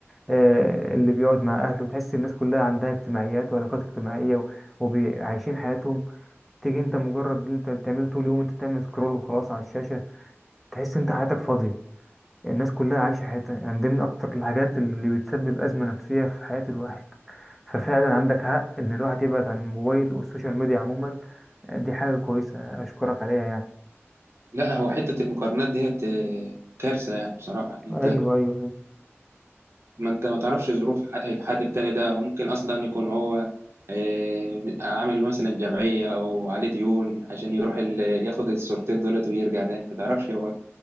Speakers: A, in the centre; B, on the right (about 65°).
A: آه، اللي بيقعد مع اهله تحس الناس كلها عندها اجتماعيات وعلاقات اجتماعية وعايشين حياتهم تيجي انت مجرد اللي انت بتعمله طول اليوم انت بتعمل سكرول وخلاص على الشاشة تحس انت حياتك فاضية الناس كلها عايشة حياتها يعني دي من أكتر الحاجات اللي بتسبب أزمة نفسية في حياة الواحد ففعلا عندك حق إن الواحد يبعد عن الموبايل والسوشيال ميديا عموما دي حاجة كويسة أشكرك عليها يعني
B: لا هو حته المقارنات ديت إيه، كارثه يعني بصراحه يعني
A: ايوه ايوه ايوه
B: ما انت ما تعرفش ظروف ح- الحد التاني ده وممكن اصلا يكون هو آه، عامل مثلا جمعية او عليه ديون عشان يروح ال- ياخد الصورتين دولت ويرجع تاني ما تعرفش هو